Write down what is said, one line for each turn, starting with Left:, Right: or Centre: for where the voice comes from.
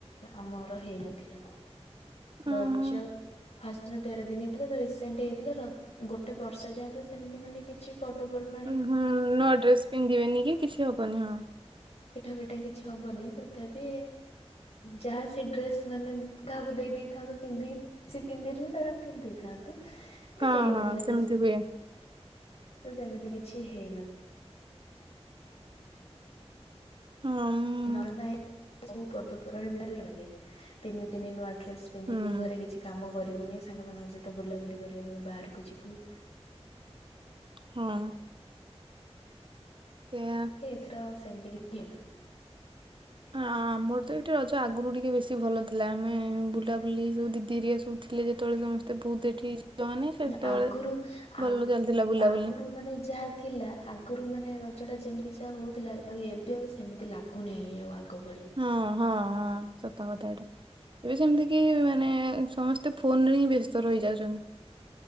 Left: ଆମର ହେଇନଥିଲା। ରଜ
Right: ଓହୋ
Left: ଫାଷ୍ଟ ର ତେର ଦିନ ହେଇଥିଲା ତ ରିସେଣ୍ଟ ହେଇଥିଲା ର ଗୋଟେ ବର୍ଷ ଯାଏଁ ତ ସେମିତି ମାନେ କିଛି ପର୍ବ ପର୍ବାଣ
Right: ଉ ହୁଁ ନୂଆ ଡ୍ରେସ୍ ପିନ୍ଧିବେନି କି କିଛି ହବନି ହଁ।
Left: ପିଠା ପିଠା କିଛି ହବନି, ତଥାପି ଯାହା ସେ ଡ୍ରେସ ମାନେ କାହାକୁ ଦେଇ ଦେଇଥାନ୍ତୁ ପିନ୍ଧିକି ସିଏ ପିନ୍ଧି ଦେଇଥିଲେ ତା ପରେ ଆମେ ପିନ୍ଧି ଦେଇଥାନ୍ତୁ। ତ
Right: ହଁ
Left: ହେଇନଥିଲା
Right: ହଁ ସେମିତି
Left: ବିଷ୍ଟ,
Right: ହୁଏ
Left: ତ ସେମିତି କିଛି ହେଇନଥ
Right: ହଁ ଉଁ,
Left: ନ ଏଇ ନାଇଁ ସବୁ ପର୍ବପର୍ବାଣୀ ଭଲ ଲାଗେ ତିନି ତିନି ନୂଆ ଡ୍ରେସ୍ ପିନ୍ଧିବୁ,
Right: ହୁଁ
Left: ଘରେ କିଛି କାମ କରିବୁନି ସାଙ୍ଗମାନଙ୍କ ସହିତ ବୁଲାବୁଲି କରିବାକୁି ବାହାରକୁ ଯିବୁ-
Right: ହଁ ଏ ଆ
Left: ଏଥର ଆଉ ସେମିତି କିଛି ଇଏ <inaudible>
Right: ଆମର ତ ଏଠି ରଜ ଆଗରୁ ଟିକେ ବେଶୀ ଭଲ ଥି ଲା ଆମେ ବୁଲାବୁଲି ସବୁ ଦିଦି ହେରିଆ ସବୁ ଥିଲେ ଯେତେବେଳେ ସମସ୍ତେ ବହୁତ ଏଠି ଝିଅମାନେ ସେତେବେଳେ
Left: ଆଗରୁ, ଆ
Right: ଭଲ ଚାଲିଥିଲା ବୁଲାବୁଲି।
Left: ଆଗରୁ ମାନେ ଯାହା- ଥିଲା ଆଗରୁ ମାନେ ରଜ ଟା ଯେମିତି ଯାହା ହଉଥିଲା ଆଉ ଏବେ ଆଉ ସେମିତି ଲାଗୁନାହିଁ ଆଉ ଆଗ ଭଳି।
Right: ହଁ, ହଁ, ହଁ ସତ କଥା ଏଇଟା। ଏବେ ସେମିତି କେହି ମାନେ ସମସ୍ତ- ତ ଫୋନରେ ହିଁ ବ୍ୟସ୍ତ ରହିଯାଉଛନ୍ତି।